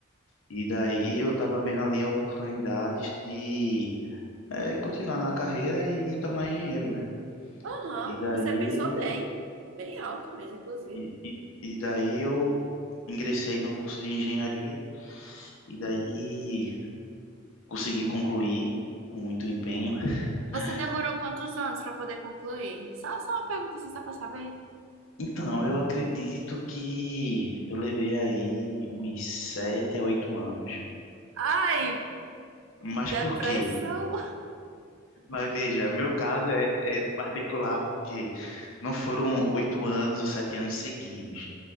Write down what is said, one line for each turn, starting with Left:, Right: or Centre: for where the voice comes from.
Left: e daí eu estava vendo ali oportunidades de eh, continuar na carreira e me tornar engenheiro, né?
Right: Aham,
Left: E daí,
Right: você pensou bem. Bem alto mesmo, inclusive.
Left: e, e, e daí eu ingressei no curso de engenharia e daí consegui concluir com muito empenho. <laughs>
Right: Você demorou quantos anos para poder concluir? Só, só uma pergunta assim, só pra saber.
Left: Então, eu acredito que eu levei aí uns sete a oito anos.
Right: Ai, que
Left: Mas
Right: depressão.
Left: por quê? Mas veja, meu caso é, é particular porque não foram oito anos ou sete anos seguidos.